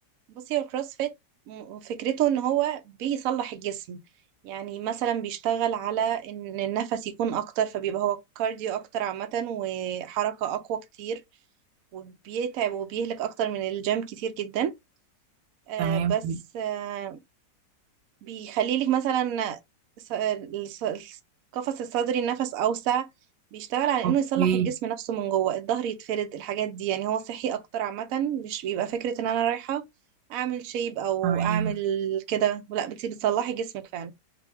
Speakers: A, on the right; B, on the right.
A: بصي هو الكروس فيت م- فكرته ان هو بيصلح الجسم يعني مثلا بيشتغل على ان النفس يكون اكتر فبيبقى هو كارديو اكتر عامة وحركة اقوى كتير وبيتعب وبيهلك اكتر من الجيم كتير جدا آه،
B: تمام
A: بس آه، بيخليلك مثلا س- الس- القفص الصدري النفس أوسع بيشتغل على إنه
B: اوكي
A: يصلح الجسم نفسه من جوه الظهر يتفرد الحاجات دي يعني هو صحي أكتر عامة مش بيبقى فكرة إن أنا رايحة أعمل شيب أو
B: تمام
A: أعمل كده لا بت- بتصلحي جسمك فعلا